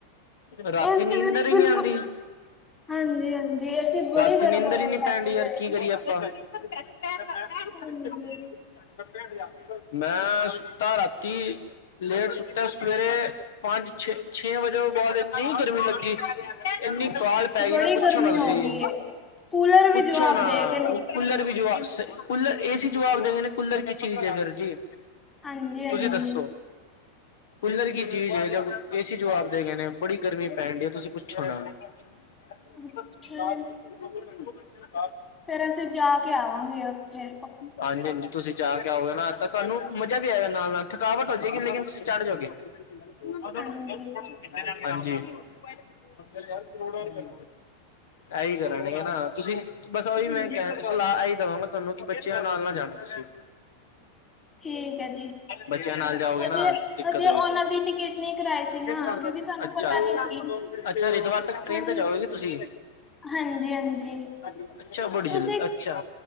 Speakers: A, on the left (about 60°); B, on the left (about 20°).
A: ਰਾਤੀ
B: ਏਸੀ
A: ਨੀਂਦਰ
B: ਵੀ
A: ਈ
B: ਬਿਲਕੁਲ
A: ਨੀ ਆਂਦੀ।
B: ਹਾਂਜੀ ਹਾਂਜੀ ਏਸੀ ਬੜੀ
A: ਰਾਤੀ
B: ਗਰਮ
A: ਨੀਂਦਰ
B: ਹਵਾ
A: ਈ ਨੀ
B: ਫੈਕਦੇ
A: ਪੈਣ ਡੀ, ਯਾਰ
B: ਪਏ ਨੇ।
A: ਕੀ ਕਰੀਏ ਅਪਾਂ? <unintelligible>
B: ਹਾਂਜੀ
A: ਮੈ ਸੁੱਤਾ ਰਾਤੀ, ਲੇਟ ਸੁੱਤਾ, ਸਵੇਰੇ ਪੰਜ ਛੇ, ਛੇ ਵਜੇ ਬੋਤ ਇੰਨੀ ਗਰਮੀ ਲੱਗੀ, ਇੰਨੀ ਕਾਲ ਪੈ
B: ਬੜੀ
A: ਗਈ ਨਾ, ਪੁੱਛੋ
B: ਗਰਮੀ
A: ਨਾ ਤੁਸੀਂ।
B: ਹੋ ਗਈ ਹੈ। ਕੂਲਰ ਵੀ
A: ਪੁੱਛੋ
B: ਜਵਾਬ
A: ਨਾ
B: ਦੇ ਗਏ ਨੇ।
A: ਕੂਲਰ ਵੀ ਜਵਾ ਸਈ, ਕੁੱਲਰ ਏ ਸੀ ਜਵਾਬ ਦੇ ਦਿੰਦੇ, ਕੁੂੱਲਰ ਕੀ ਚੀਜ਼ ਏ ਫਿਰ ਜੀ।
B: ਹਾਂਜੀ ਹਾਂਜੀ
A: ਤੁਸੀਂ ਦੱਸੋ? ਕੂਲਰ ਕੀ ਚੀਜ਼ ਏ? ਜਬ ਏ ਸੀ ਜਵਾਬ ਦੇ ਗਏ ਨੇ, ਬੜੀ ਗਰਮੀ ਪੈਣ ਡੀ ਏ ਤੁਸੀਂ ਪੁੱਛੋ ਨਾ। <unintelligible>
B: ਅੱਛਾ ਜੀ
A: <unintelligible>
B: ਫੇਰ ਅਸੀਂ ਜਾ ਕੇ ਆਵਾਂਗੇ ਉੱਥੇ।
A: ਹਾਂਜੀ-ਹਾਂਜੀ। ਤੁਸੀਂ ਜਾ ਕੇ ਆਓਗੇ ਨਾ, ਤਾਂ ਤੁਹਾਨੂੰ ਮਜ਼ਾ ਵੀ ਆਏਗਾ ਨਾਲ-ਨਾਲ, ਥਕਾਵਟ ਹੋ ਜਾਏਗੀ, ਲੇਕਿਨ ਤੁਸੀਂ ਚੜ ਜੋਗੇ। <unintelligible>
B: ਹਾਂਜੀ
A: ਹਾਂਜੀ। <unintelligible> ਕਰੋੜੋ ਰੁਪਏ, ਏਈ ਕਰਾਨੀ ਏ ਨਾ, ਤੁਸੀਂ ਬਸ ਓਹੀ
B: ਹਾਂਜੀ
A: ਮੈਂ ਕਹਿਣ, ਸਲਾਹ ਏਹੀ ਦਵਾਂਗਾ ਤੁਹਾਨੂੰ ਕਿ ਬੱਚਿਆਂ ਨਾਲ ਨਾ ਜਾਣਾ ਤੁਸੀਂ।
B: ਠੀਕ ਹੈ ਜੀ।
A: ਬੱਚਿਆਂ ਨਾਲ ਜਾਓਗੇ
B: ਹਜੇ
A: ਨਾ, ਦਿੱਕਤ
B: ਹਜੇ
A: ਹੋਏਗੀ
B: ਉਹਨਾਂ
A: ਤਨੂੰ।
B: ਦੀ ਟਿਕਟ ਨਹੀਂ ਕਰਾਈ ਸੀ ਨਾ
A: ਕੇਸ ਕਰਦੋ
B: ਕਿਉਂਕਿ
A: ਜੀ,
B: ਸਾਨੂੰ
A: ਅੱਛਾ,
B: ਪਤਾ ਨਹੀਂ ਸੀ
A: ਅੱਛਾ ਜੀ, ਹਰਿਦਵਾਰ ਤੱਕ ਟ੍ਰੇਨ
B: ਹੁਣ
A: ਤੇ ਜਾਓਗੇ ਤੁਸੀਂ।
B: ਹਾਂਜੀ ਹਾਂਜੀ
A: ਅੱਛਾ, ਬੜੀ
B: ਤੁਸੀਂ
A: ਜਲ, ਅੱਛਾ।